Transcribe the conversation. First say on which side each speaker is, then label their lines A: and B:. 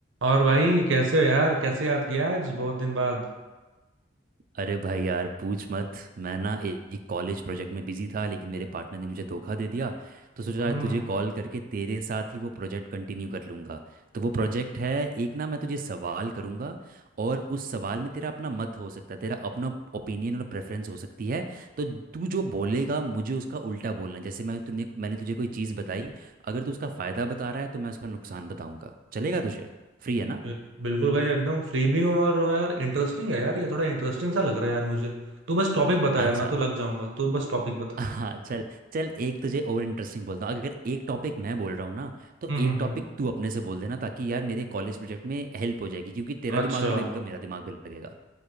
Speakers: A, on the right; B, on the right.
A: और भाई कैसे हो यार कैसे याद किया आज बहुत दिन बाद
B: अरे भाई यार पूछ मत मैं ना ए- एक कॉलेज प्रोजेक्ट में बिजी था लेकिन मेरे पार्टनर ने मुझे धोखा दे दिया तो सोचा
A: हम्म
B: आज तुझे कॉल करके तेरे साथ ही वो प्रोजेक्ट कंटिन्यू कर लूँगा तो वो प्रोजेक्ट है एक ना मैं तुझे सवाल करूँगा और उस सवाल में तेरा अपना मत हो सकता है तेरा अपना ओपिनियन और प्रेफरेंस हो सकती है तो तू जो बोलेगा मुझे उसका उल्टा बोलना है। जैसे मैं तूने मैंने तुझे कोई चीज़ बताई अगर तू उसका फ़ायदा बता रहा है तो मैं उसका नुकसान बताऊँगा चलेगा तुझे फ्री है ना
A: बिल- बिल्कुल भाई एकदम फ्री भी हूँ और यार इंटरेस्टिंग है यार ये थोड़ा इंटरेस्टिंग सा लग रहा है यार मुझे तू बस टॉपिक बता यार
B: अच्छा
A: मैं तो लग जाऊंगा तू बस टॉपिक बता
B: हाँ चल चल एक तुझे और इंटरेस्टिंग बोलता हूँ अगर एक टॉपिक मैं बोल रहा हूँ ना तो
A: हम्म
B: एक
A: हम्म,
B: टॉपिक
A: हम्म।
B: तू अपने से बोल देना ताकि यार मेरे कॉलेज प्रोजेक्ट में हेल्प हो जाएगी क्योंकि तेरा
A: अच्छा
B: दिमाग भी लगेगा मेरा दिमाग भी लगेगा